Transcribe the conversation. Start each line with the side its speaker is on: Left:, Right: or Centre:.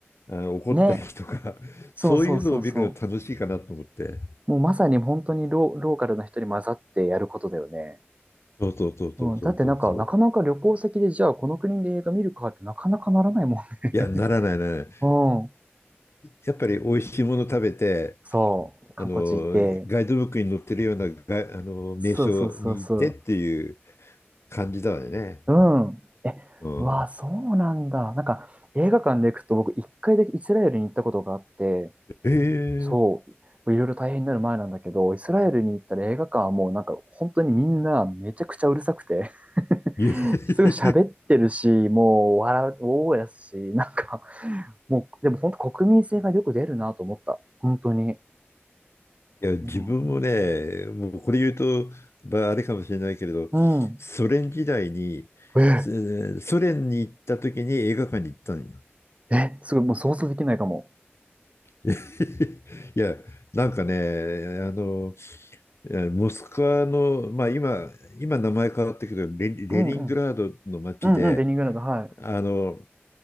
Left: あ、怒ったりとか、
Right: ね。
Left: <laughs>
Right: そうそうそうそ
Left: そういうのを見るの楽しいかなと思って。
Right: う。もうまさに本当にロー、ローカルな人に混ざってやることだよね。
Left: そうそうそうそうそうそうそう。
Right: うん。だってなんか、なかなか旅行先でじゃあこの国で映画見るかってなかなかならないもんね。
Left: いや、ならないならない。
Right: <laughs> うん。
Left: やっぱり美味しいもの食べて、
Right: そう。観光地行って。
Left: あの、ガイドブックに載ってるようなが、あの、名所に行ってっていう
Right: そうそうそうそう。
Left: 感じだよね。
Right: うん。え、
Left: うん。
Right: うわあ、そうなんだ。なんか、映画館で行くと僕一回だけイスラエルに行ったことがあって、
Left: ええ
Right: そう、いろいろ大変になる前なんだけど、イスラエルに行ったら映画館はもうなんか本当にみんなめちゃくちゃうるさくて <laughs>
Left: い
Right: すごい喋ってるし、もう笑う、大声出すし、なんかもう、でも本当国民性がよく出るなと思った。本当に。
Left: や <laughs>、自分もね、
Right: うん。
Left: もうこれ言うと、まあ、あれかもしれないけれど、
Right: うん。
Left: ソ連時代に、
Right: え、
Left: ソ連に行った時に映画館に行ったのよ。
Right: え、すごい、もう想像できないかも。
Left: <laughs> いや、なんかね、あの、モスクワの、まあ、今、今名前変わったけどレ、レニングラードの街で、
Right: うんうん。うんうん、ベニグラード、はい。
Left: あの、